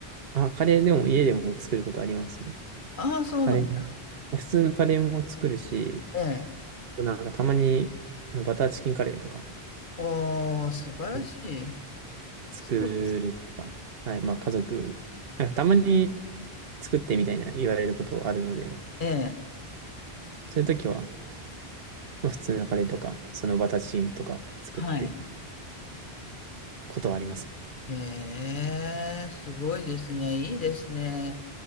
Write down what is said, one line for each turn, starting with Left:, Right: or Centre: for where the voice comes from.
Right: あ、カレーでも家でも作ることありますね。
Left: ああ、そうなんだ。
Right: カレー、普通のカレーも作るし、
Left: ええ。
Right: なんかたまに、あの、バターチキンカレーとか、
Left: おー、素晴らしい。
Right: う作るというか、
Left: そうです。
Right: はい、まあ家族、なんかたまに作ってみたいな言われることあるので、
Left: ええ。
Right: そういう時は、まあ普通のカレーとか、そのバタチンとか作って
Left: はい。
Right: ことはあります
Left: へえ、すごいですね。いいですね。